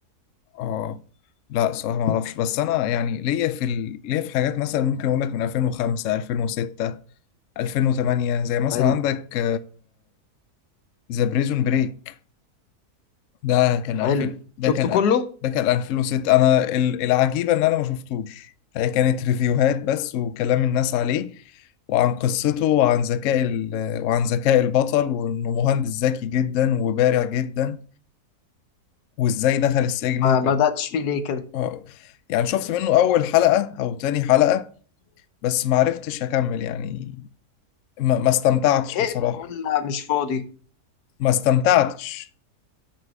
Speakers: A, on the left (about 65°); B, on the left (about 85°).
A: اه لا صراحة ما اعرفش بس انا يعني ليا في ال... ليا في حاجات مثلا ممكن اقول لك من 2005 2006 2008 زي مثلا
B: حلو
A: عندك ذا بريزون بريك ده كان
B: حلو
A: 2000 ده
B: شفت
A: كان
B: كله
A: ده كان 2006 انا ال- العجيبه ان انا ما شفتوش هي كانت ريفيوهات بس وكلام الناس عليه وعن قصته وعن ذكاء ال- وعن ذكاء البطل وانه مهندس ذكي جدا وبارع جدا وازاي دخل السجن وكان
B: ما بدأتش فيه ليه كده
A: آه، يعني شفت منه اول حلقه او تاني حلقه بس ما عرفتش اكمل يعني ما ما استمتعتش
B: زهقت
A: بصراحه
B: ولا مش فاضي
A: ما استمتعتش